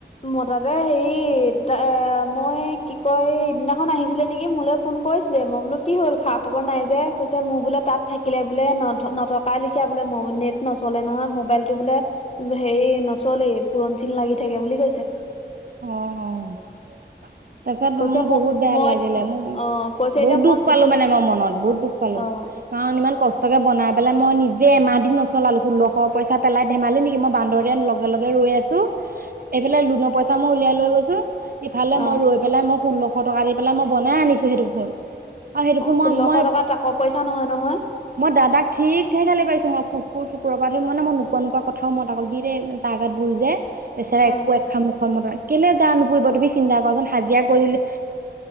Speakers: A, on the left (about 35°); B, on the right (about 50°).
A: মতাটোয়ে তাতে হেৰি ত মই কি কয় সদিনাখন আহিছিলে নেকি মোলৈ ফোন কৈছিলে মই বোলো কি হ'ল খা খবৰ নাই যে কৈছে মোৰ বোলে তাত থাকিলে বোলে ন নথকাই লিখিয়া বো । নেট নচলে নহয় মোবাইলতো বোলে হেৰি নচলেই পুৰনথিন লাগি থাকে বুলি কৈছে
B: আহ
A: ।
B: অ । তখেতোৰ
A: কৈছে
B: বহুত
A: ম
B: বেয়া
A: মই
B: লাগিলে মোৰ ।
A: অ কৈছে
B: বহুত
A: এতিয়া
B: দুখ
A: মই যিটো
B: পালো মানে মই মনত বহুত দুখ পালো
A: অ
B: কাৰণ ইমান কষ্ট বাই পাই মই নিজে এাহ দিন নলালো ষো্শ পইা পেলাই ধেমালি নেকি মই বান্দৰ লগে লগে । গৈ আছো এইফালে লোনৰ পইচা মই উলিয়াই লৈ গৈছো ইফালে
A: অ
B: মই ৰৈ‌ পেলা ষোল্লশ । ফ টকা দি পেলাই মই বনাই আনিছোঁ সেইটো ফোন । অ সেইটো মই
A: ষোল্লশ
B: মই
A: টকা তাকৰ পইচা নহয় নহয়
B: মই দাদাক ঠিক চহে গালে পাইছো মই । কুকুৰ চুকুৰৰ পৰা ধৰি মানে মই নোকোৱা নোকোৱা কথাও মইত আোলো সিেই তাৰ আগাত ভুল যে । পেছাৰ একো
A: অ
B: এক খামুখোৱা মত । কেলে গা নুপুৰিব তুমি চিন্তা কৰাচোন হাজিৰা কৰিল